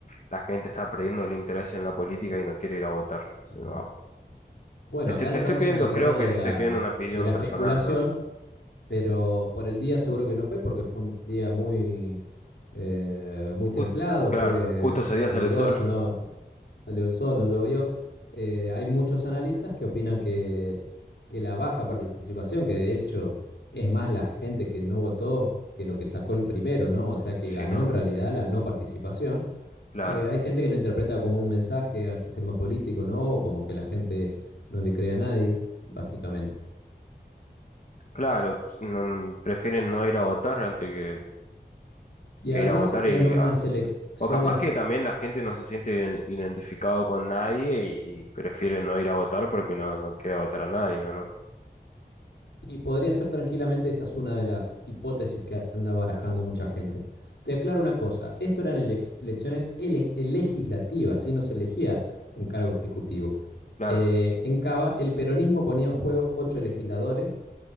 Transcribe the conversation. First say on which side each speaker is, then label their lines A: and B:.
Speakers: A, on the left; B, on the left.
A: la gente está perdiendo el interés en la política y no quiere ir a votar. Se
B: ujú.
A: me va.
B: Bueno,
A: Este,
B: acá
A: te
B: entramos
A: estoy pidiendo,
B: en el terreno
A: creo que
B: de
A: te
B: la,
A: estoy pidiendo una opinión
B: de la especulación,
A: personal yo.
B: pero por el día seguro que no fue, porque fue un día muy, eh, muy templado,
A: Jus- claro,
B: fue
A: justo ese día
B: caluroso,
A: sale el sol.
B: ¿no? salió el sol, no llovió. Eh, hay muchos analistas que opinan que, que la baja participación, que de hecho es más la gente que no votó que lo que sacó el primero, ¿no? O sea que
A: Sí,
B: ganó
A: ¿no?
B: en realidad la no participación.
A: Claro.
B: Eh, hay gente que lo interpreta como un mensaje al sistema político, ¿no? O como que la gente no le cree a nadie, básicamente.
A: Claro, no- prefieren no ir a votar antes que,
B: Y
A: que
B: además
A: ir a votar
B: eran
A: y
B: unas
A: ah,
B: elecciones
A: o capaz que también la gente no se siente iden- identificado con nadie y, y prefiere no ir a votar porque no, no quiere votar a nadie, ¿o no?
B: Y podría ser tranquilamente esa es una de las hipótesis que anda barajando mucha gente. Te aclaro una cosa, esto eran ele- elecciones ele- legislativas, y no se elegía un cargo ejecutivo.
A: Claro,
B: Eh, en Cava, el peronismo ponía en juego ocho legisladores,